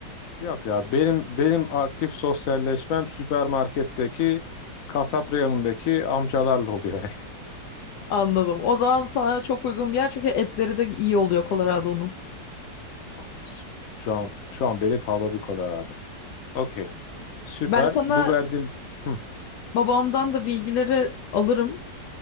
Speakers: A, on the left; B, on the left.
A: Yok ya. Benim benim aktif sosyalleşmem süpermarketteki kasap reyonundaki amcalarla oluyor.
B: Anladım. O zaman sana çok uygun bir yer çünkü etleri de iyi oluyor Colorado'nun.
A: <laughs> Süper. Şu an şu an beni tavladı Colorado. Okey. Süper.
B: Ben sana
A: Bu verdiğim Hı.
B: babamdan da bilgileri alırım.